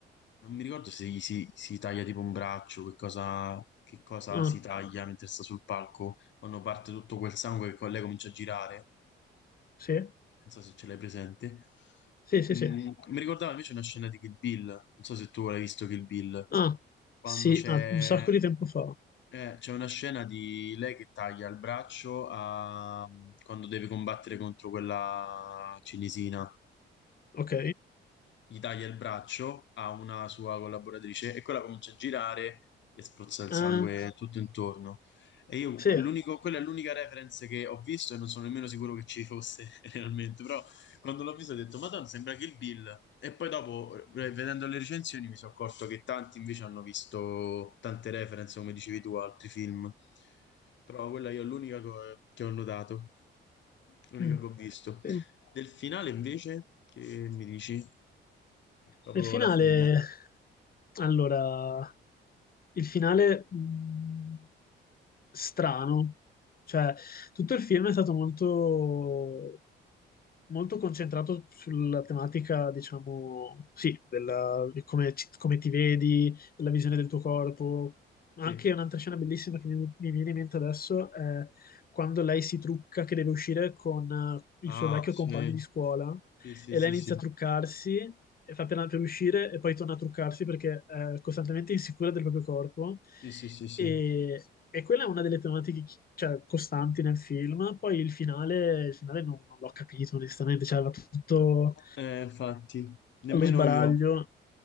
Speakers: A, on the left; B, on the left.
A: non mi ricordo se gli si, si taglia tipo un braccio, che cosa, che cosa
B: Ah,
A: si taglia mentre sta sul palco, quando parte tutto quel sangue che con lei comincia a girare,
B: sì?
A: non so se ce l'hai presente.
B: Sì, sì,
A: Mm,
B: sì.
A: mi ricordava invece una scena di Kill Bill, non so se tu l'hai visto Kill Bill
B: Ah,
A: quando
B: sì,
A: c'è
B: ah, un sacco di tempo fa.
A: eh, c'è una scena di lei che taglia il braccio a- quando deve combattere contro quella cinesina
B: Ok.
A: gli taglia il braccio a una sua collaboratrice e quella comincia a girare e spruzza il
B: Ah.
A: sangue tutto intorno. E io,
B: Sì.
A: l'unico, quella è l'unica reference che ho visto e non sono nemmeno sicuro che ci fosse <laughs> realmente, però quando l'ho visto ho detto, Madonna, sembra Kill Bill. E poi dopo, eh, vedendo le recensioni, mi sono accorto che tanti invece hanno visto tante reference, come dicevi tu, a altri film. Però quella io è l'unica co- che ho notato, l'unica
B: Mm.
A: che ho visto.
B: Sì.
A: Del finale invece, che mi dici? Proprio
B: Il finale,
A: la fine.
B: allora, il finale mh, strano, cioè tutto il film è stato molto, molto concentrato sulla tematica, diciamo, sì, della, di come, ci- come ti vedi, della visione del tuo corpo. Anche
A: Sì.
B: un'altra scena bellissima che mi, mi viene in mente adesso è quando lei si trucca che deve uscire con eh,
A: Ah,
B: il suo vecchio
A: sì,
B: compagno di scuola
A: sì, sì,
B: e
A: sì,
B: lei inizia
A: sì,
B: a truccarsi e fa per, per uscire e poi torna a truccarsi perché è costantemente insicura del proprio corpo
A: sì, sì, sì, sì.
B: e, e quella è una delle tematiche chi- cioè, costanti nel film. Poi il finale, il finale non, non l'ho capito onestamente, cioè va tutto
A: Eh, infatti, nemmeno
B: allo sbaraglio.
A: io.